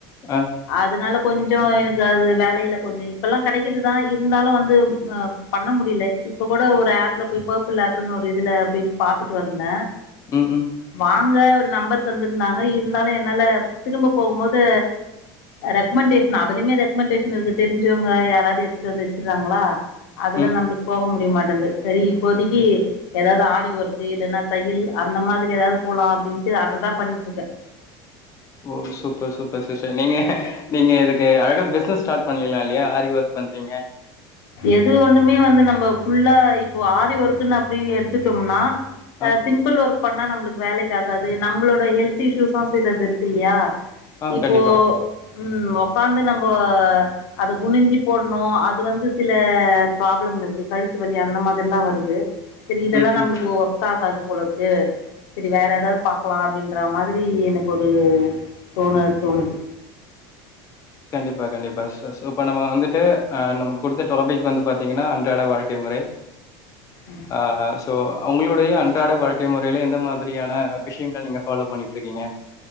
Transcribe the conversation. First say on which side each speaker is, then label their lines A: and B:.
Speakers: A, on the left; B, on the left.
A: ஆ
B: அதுனால கொஞ்ச எனக்கு அது வேலைல கொஞ்ச இப்பல்லா கெடைக்குதுதா இருந்தாலு வந்து அ பண்ண முடியல இப்போ கூட ஒரு ஆப்ல போய் பர்பிள் ஆப்புன்னு ஒரு இதில போய் பாத்துட்டு வந்தே
A: ம் ம்
B: வாங்க நம்பர் தந்திருந்தாங்க இருந்தாலு என்னால திரும்ப போகும்போது ரெக்கமெண்டேஷன் அதுலயுமே ரெக்மெண்டேஷன் இருக்கு தெரிஞ்சவங்க யாராவது எடுத்துட்டு வந்து வச்சுறாங்களா அதுல
A: ம்
B: நம்மளுக்கு போக முடியமாட் சரி இப்போதிக்கு ஏதாவது ஆரி ஒர்க்கு இல்லைன்னா தையல் அந்த மாரி ஏதாவது போலா அப்டின்ட்டு அததா பண்ணிட்டு இருக்கே
A: ஓ சூப்பர் சூப்பர் சிஸ்டர் நீங்க நீங்க இதுக்கு அழகா பிசினஸ் ஸ்டார்ட் பண்ணலா இல்லையா ஆரி ஒர்க் பண்றீங்க
B: எது ஒன்னுமே வந்து நம்ம ஃபுல்லா இப்போ ஆரி ஒர்க்ன்னு அப்டி எடுத்துட்டோம்னா அ
A: ஆ
B: சிம்பல் ஓர்க் பண்ணா நம்மளுக்கு வேலைக்கு ஆகாது நம்மளோட ஹெல்த் இஷ்யூஸ்ஸும் சிலது இருக்கு இல்லையா
A: ஆ
B: இப்போ
A: கண்டிப்பா
B: உம் உக்காந்து நம்ம இப்போ அது குணிஞ்சி போடணும் அது வந்து சில ப்ராப்ளம் இருக்கு கழுத்து வலி அந்த மாதிரிலாம் வருது சரி இதெல்லாம்
A: ம்
B: நம்மளுக்கு
A: ம்
B: ஒர்க் ஆகாது போல இருக்கும் சரி வேற ஏதாவது பாக்கலாம் அப்படின்ற மாதிரி எனக்கு ஒரு தோணு தோணுது
A: கண்டிப்பா கண்டிப்பா இப்ப நம வந்துட்டு ஹ் நமக்கு கொடுத்த டாபிக்கு வந்து பாத்தீங்கன்னா அன்றாட வாழ்க்கை முறை
B: ம்
A: ஆஹ்ஹ் ஸோ உங்களுடைய அன்றாட வாழ்க்கை முறையில எந்த மாதிரியான விஷயங்கள் நீங்க ஃபாலோ பண்ணிட்டு இருக்கீங்கோ